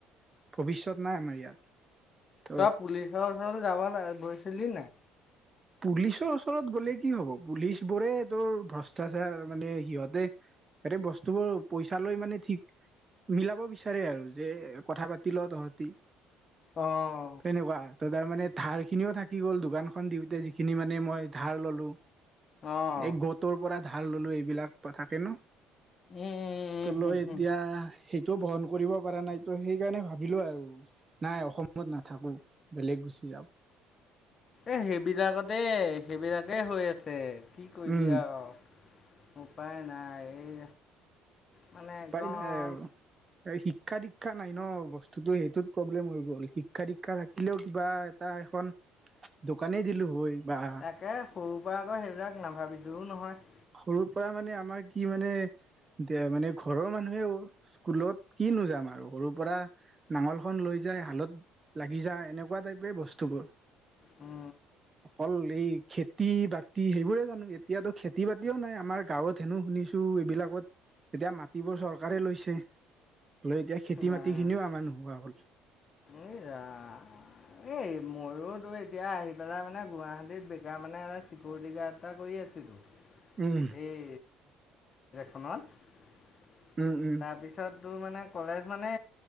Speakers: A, on the right; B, on the left.
A: ভৱিষ্যত নাই আমাৰ ইয়াত। ত
B: তই পুলিচৰ ওচৰ যাব লা গৈছিলি নাই?
A: পুলিচৰ ওচৰত গ'লে কি হব? পুলিচ বোৰে তোৰ ভ্ৰষ্টাচাৰ। মানে সিহঁতে বেলেগ বস্তুবোৰ পইচা লৈ মানে ঠিক। মিলাব বিচাৰে আৰু যে কথা পাতি ল তহঁতি।
B: অঁঅঁ।
A: তেনেকুৱা ত তাৰ মানে ধাৰ খিনিও থাকি গ'ল, দোকানখন দিওঁতে যিখিনি মানে মই ধাৰ ললো।
B: অ',
A: এই গতৰ পৰা ধাৰ ললো। এইবিলাক থাকে ন?
B: উম, উম,
A: ত লৈ
B: উম,
A: এতিয়া
B: উম,
A: সেইটো বহন কৰিব পৰা নাই। তো সেইকাৰণে ভাবিলো আৰু নাই অসমত নাথাকো। বেলেগ গুচি যাওঁ।
B: এ সেইবিলাকতে সেইবিলাকেই হৈ আছে। কি কৰিবি
A: উম
B: আও। উপায় নাই। এই মানে একদম
A: উপাই নাই আৰু এই শিক শিক্ষা দীক্ষা নাই ন? বস্তুটো সেইটোত প্ৰব্লেম হৈ গ'ল। শিক্ষা দীক্ষা থাকিলেও কিবা এটা এখন দোকানেই দিলো হয়। বা
B: তাকে। সৰুৰ পৰা আকৌ সেইবিলাক নাভাবিলিও নহয়।
A: সৰুৰ পৰা মানে আমাৰ কি মানে এ মানে ঘৰৰ মানুহে স্কুলত কি কি নো যাম আৰু সৰুৰ পৰা নাঙল খন লৈ যাই হালত লাগি যায়। এনেকুৱা টাইপে বস্তুবোৰ।
B: অ
A: অকল এই খেতি-বাতি সেইবোৰে জানো? এতিয়াতো খেত খেতি-বাতিও নাই আমাৰ গাঁৱত। হেনো শুনিছো এইবিলাকত এতিয়া মাটিবোৰ চৰকাৰে লৈছে। লৈ এতিয়া খেতি
B: নাই
A: মাটি খিনিও আমাৰ নোহোৱা হ'ল।
B: এই ৰাম। এই ময়োতো এতিয়া আহি পেলাই মানে গুৱাহাটীত বেকাৰ মানে চিকিউৰিটি গাৰ্ড এটা কৰি আছিলোঁ।
A: উম
B: এই <unintelligible>
A: উম উম
B: তাৰপিছত তোৰ মানে কলেজ মানে